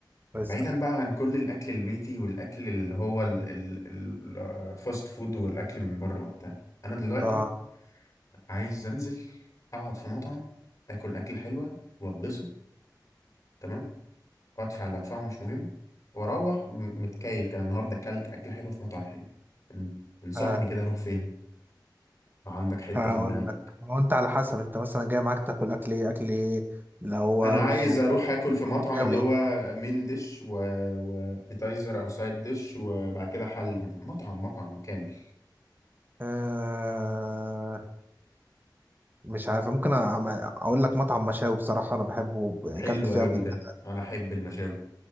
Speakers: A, on the right; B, on the left.
A: انت
B: بعيدا بقى عن كل الاكل البيتي والاكل اللي هو الفاست فود والاكل من بره وبتاع انا دلوقتي
A: اه
B: عايز انزل اقعد في مطعم اكل اكل حلوه واتبسط تمام وادفع اللي ادفعه مش مهم واروح م- متكيف كده النهارده اكلت اكل حلو في مطعم حلو تن- تنصحني
A: آه،
B: كده اروح فين عندك حته
A: هقول
B: في دماغك
A: لك ما هو انت على حسب انت مثلا جاي معاك تاكل اكل ايه اكل ايه اللي هو
B: انا عايز
A: رز
B: اروح اكل في مطعم
A: وشاوي
B: اللي هو مين ديش و... وابيتايزر او سايد ديش وبعد كده حلي مثلا مطعم مطعم كامل
A: آه مش عارف ممكن أعم- اقول لك مطعم مشاوي بصراحه انا بحبه يعني
B: حلو
A: اكلت فيها
B: قوي
A: قبل كده.
B: ده انا احب المشاوي